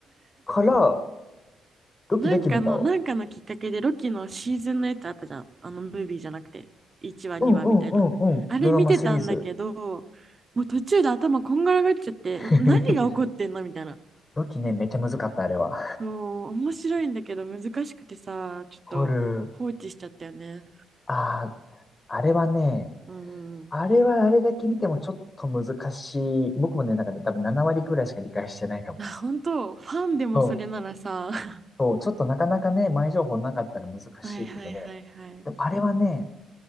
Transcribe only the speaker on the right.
なんかの、なんかのきっかけでロキのシーズンのやつあったじゃん。あの、ムービーじゃなくて。1話、2話みたいな。
あれ見てたんだけど、
もう途中で頭こんがらがっちゃって、
何が起こってんのみたいな。
もう、面白いんだけど難しくてさ、ちょっと放置しちゃったよね。
うん。
あ、本当ファンでもそれならさ。
<laughs>
はいはいはいはい。